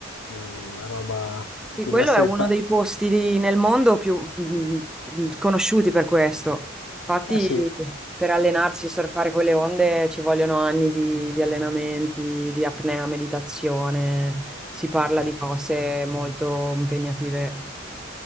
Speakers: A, on the left; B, in the centre.
A: Mm, Una roba,
B: Sì,
A: poteva
B: quello
A: essere...
B: è uno
A: pa-
B: dei posti di- nel mondo più mh, conosciuti per questo. Infatti,
A: Eh sì,
B: per allenarsi e surfare quelle onde ci vogliono anni di, di allenamenti, di apnea, meditazione. Si parla
A: eh,
B: di cose molto impegnative.